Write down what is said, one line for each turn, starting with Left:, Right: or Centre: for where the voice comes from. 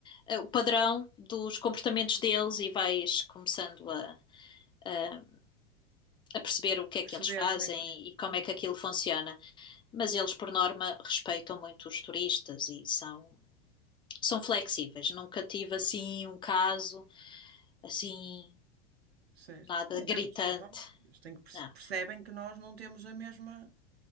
Left: eh, o padrão dos comportamentos deles e vais começando a, a- a perceber o que
Right: a
Left: é
Right: perceber
Left: que eles fazem
Right: como é que é.
Left: e como
Right: Hum,
Left: é que aquilo funciona. Mas eles, por norma, respeitam muito os turistas e são, são flexíveis. Nunca tive assim um caso assim,
Right: certo.
Left: nada
Right: Claro,
Left: gritante.
Right: eles, então, eles têm que perce-
Left: Não.
Right: percebem que nós não temos a mesma,